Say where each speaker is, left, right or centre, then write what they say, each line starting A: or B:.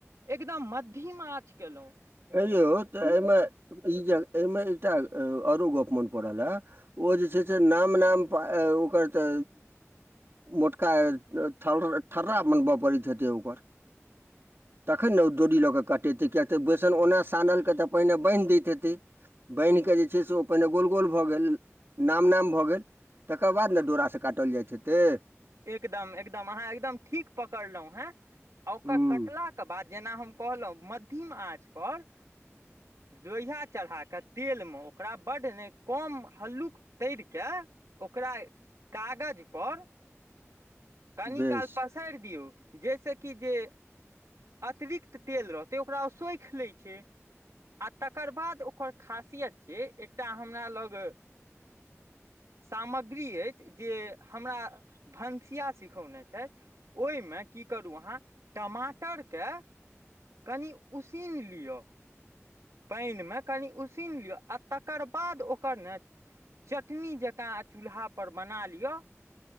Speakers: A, on the right; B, on the right.
A: एगदम मधीम आँच केलौं
B: हेयौ तऽ ए मे ई या एमे एकटा आरो गप्प मन पड़ल ए। ओ जे छै छै नाम नाम प ए ओकर ते मोटका थर थरा बनबाय पड़ैत हेतै ओकर, तखन ने ओ डोरी लऽ के काटेतै किया ते बे सन ओना सानलके ते पहिने बैन्ह दैत हेतै, बैन्हके जे छै से ओ पहिने गोल गोल भऽ गेल, नाम नाम भऽ गेल, तकर बाद ने डोरा से काटल जाएत हेतै।
A: एकदम एकदम अहाँ एकदम ठीक पकड़लौं हैं, ओकर
B: हूँ
A: कटला के बाद जेना हम कहलौं म धिम आँच पर लोहिया चढ़ा के तेल मे ओकरा बड्ड ने कम हल्लुक तैर कै ओकरा कागज पर कनिकाल
B: बेस
A: पसार दियौ। जैसे कि जे अतरिक्त तेल रहतै ओकरा उ सौएख लै छै आ तकर बाद ओकर खासियत छै, एकटा हमरा लग सामग्री ए जे हमरा भंसिया सिखौने छै, ओय मे की करु अहाँ टमाटर के कनि उसीन लियो। पेएन मे कनि उसिन लियौ आ तकर बाद ओकर ने चटनी जकाँ चूल्हा पर बना लियो